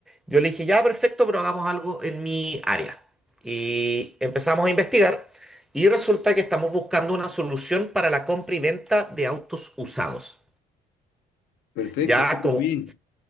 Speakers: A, in the centre; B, on the left.
A: yo le dije, ya, perfecto, pero hagamos algo en mi área. Y empezamos a investigar y resulta que estamos buscando una solución para la compra y venta de autos usados.
B: Perfecto,
A: Ya
B: súper
A: como
B: bien.